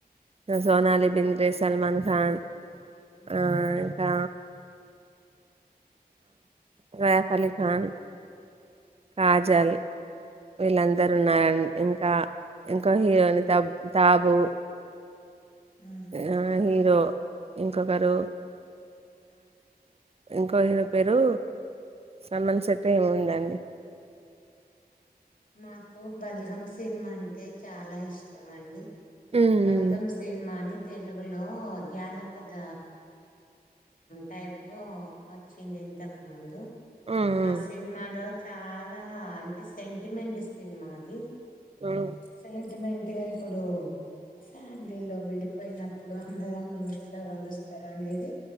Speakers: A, on the right (about 40°); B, on the left (about 60°).
A: సోనాలి బింద్రే సల్మాన్ ఖాన్
B: ఉమ్,
A: ఆ ఇంకా స్రెఫ్ అలీఖాన్ కాజల్ వీళ్ళందరు
B: ఉమ్,
A: ఉన్నారని ఇంకా ఇంకో హీరోని తబ్ తాబు
B: ఉమ్.
A: ఆ సో ఇంకొకరు ఇంకొ హిరో పేరు సమన్ సెటి ఏమిందండి
B: మాకు బల్గమ్ సినిమా అంటే చాలా ఇష్టం అండి
A: ఉమ్
B: బలగం సేన్మానిత్ తెలుగులో జానపద టైపుగా వచ్చింది ఇంతకుముందు
A: ఉమ్
B: ఆ సినిమాలో చాలా అంటే సేం త్రి మెంటస్ సినిమా అది
A: ఉమ్
B: సెంటిమెంట్ అట్గా ఇప్పుడు ఫ్యామిలీలో విడిపోయినప్పుడు అన్నదమ్ములు ఎట్లా కలుస్తారు అనేది